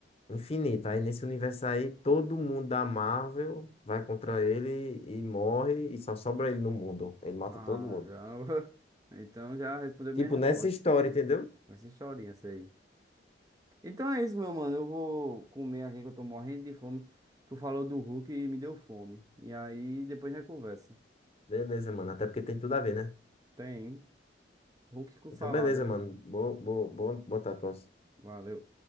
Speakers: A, on the left (about 30°); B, on the right (about 20°).
A: Infinita. Aí nesse universo aí, todo mundo da Marvel vai contra ele e morre e só sobra ele no mundo. Ele mata
B: Caramba.
A: todo mundo.
B: Então já respondeu
A: Tipo,
B: minha
A: nessa
B: resposta.
A: história, entendeu?
B: Vai ser chorinha essa aí. Então é isso, meu mano. Eu vou comer aqui que eu tô morrendo de fome. Tu falou do Hulk e me deu fome. E aí depois a gente conversa.
A: Beleza, mano. Até porque tem tudo a ver, né?
B: Tem. Hulk com salada,
A: Então, beleza,
B: né?
A: mano. Boa, boa, boa, boa tatuagem.
B: Valeu.